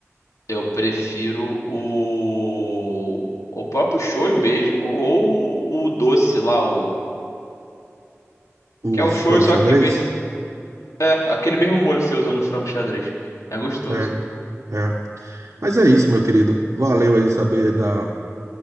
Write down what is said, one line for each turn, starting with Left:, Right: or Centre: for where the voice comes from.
Left: eu prefiro o. O próprio shoyu mesmo, ou o doce lá, o.
Right: o
Left: Que é o
Right: frango
Left: shoyu, só
Right: xadrez.
Left: que em vez. É, aquele mesmo molho que você usa no frango xadrez. É gostoso.
Right: É, é. Mas é isso, meu querido. Valeu aí saber da,